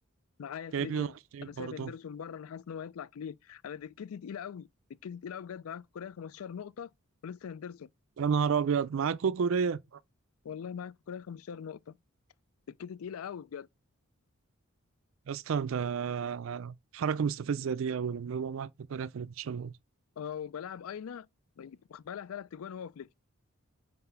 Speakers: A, on the left (about 75°); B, on the right (about 65°).
A: معايا فليكن
B: جايب لي نقطتين
A: انا سايب
B: برضه
A: اندرسون بره انا حاسس ان هو هيطلع كلين انا دكتي تقيله قوي دكتي تقيله قوي بجد معاك كوكوريا 15 نقطه ولسه هندرسون
B: يا نهار أبيض معاك كوكوريا
A: والله معاك كوكوريا 15 نقطه دكتي تقيله قوي بجد
B: يا اسطى أنت آه، حركة مستفزة دي أوي لما يبقى معاك كوكوريا في الماتشات
A: اه وبلاعب اينا بقى ثلاث تجوان هو فليكن